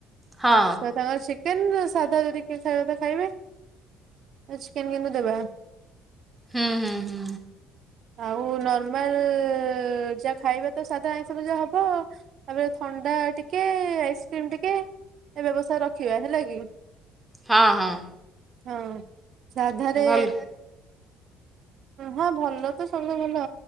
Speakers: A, in the centre; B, on the right.
A: ହଁ।
B: ଛୁଆ ତାଙ୍କର ଚିକେନ ସାଧା ଯଦି କିଏ ଖାଇବା ତା ଖାଇବେ ଚିକେନ୍ କିନ୍ତୁ ଦେବା
A: ହୁଁ ହୁଁ ହୁଁ।
B: ଆଉ ନର୍ମାଲ ଯା ଖାଇବା ତ ସାଧା ଆଇଁଷ ଫାଇଁସ ଯାହା ହବ। ତାପରେ ଥଣ୍ଡା ଟିକେ ଆଇସ୍କ୍ରିମ ଟିକେ ଏ ବ୍ୟବସାୟ ରଖିବା ହେଲା କି।
A: ହଁ ହଁ।
B: ହୁଁ ସାଧାରେ
A: ଭଲ
B: ହଁ ଭଲ ତ ସବୁଭଲ